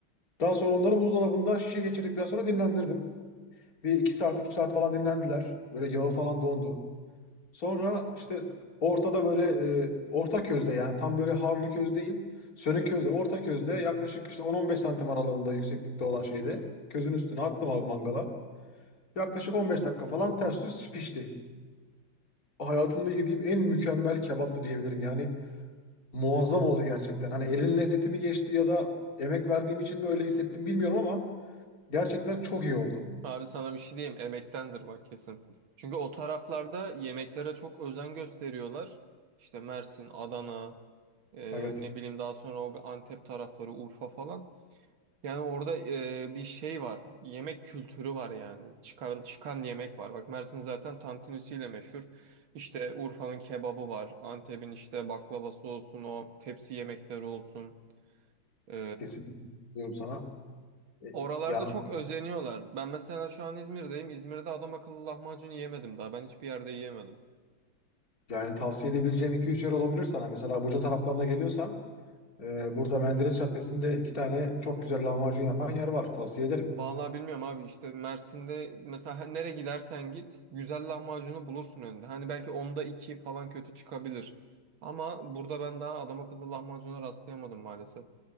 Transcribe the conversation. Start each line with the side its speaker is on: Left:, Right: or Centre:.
Left: Daha sonra onları buzdolabında şişe geçirdikten sonra dinlendirdim. Bir 2 saat, 3 saat falan dinlendiler. Böyle yağı falan dondu. Sonra işte ortada böyle e, orta közde yani tam böyle harlı köz değil. Sönük közde, orta közde yaklaşık işte 10-15 santim aralığında yükseklikte olan şeyde közün üstüne attım abi mangala. Yaklaşık 15 dakika falan ters düz pişti. Hayatımda yediğim en mükemmel kebaptı diyebilirim. Yani muazzam oldu gerçekten. Hani elin lezzeti mi geçti ya da emek verdiğim için mi öyle hissettim bilmiyorum ama gerçekten çok iyi oldu.
Right: Abi sana bir şey diyeyim emektendir bak kesin. Çünkü o taraflarda yemeklere çok özen gösteriyorlar. İşte Mersin, Adana, e,
Left: Evet,
Right: ne bileyim daha sonra o Antep tarafları, Urfa falan. Yani orada e, bir şey var. Yemek kültürü var yani. Çıkan çıkan yemek var. Bak Mersin zaten tantunisiyle meşhur. İşte Urfa'nın kebabı var. Antep'in işte baklavası olsun, o tepsi yemekleri olsun. E,
Left: kesinlikle diyorum sana. E,
Right: oralarda
Left: Ya
Right: çok özeniyorlar. Ben mesela şu an İzmir'deyim. İzmir'de adam akıllı lahmacun yiyemedim daha. Ben hiçbir yerde yiyemedim.
Left: Yani tavsiye edebileceğim iki üç yer olabilir sana. Mesela Buca taraflarına geliyorsan e, burada Menderes Caddesi'nde iki tane çok güzel lahmacun yapan yer var. Tavsiye ederim.
Right: Vallahi bilmiyorum abi işte Mersin'de mesela nereye gidersen git güzel lahmacunu bulursun önünde. Hani belki onda iki falan kötü çıkabilir. Ama burada ben daha adam akıllı lahmacuna rastlayamadım maalesef.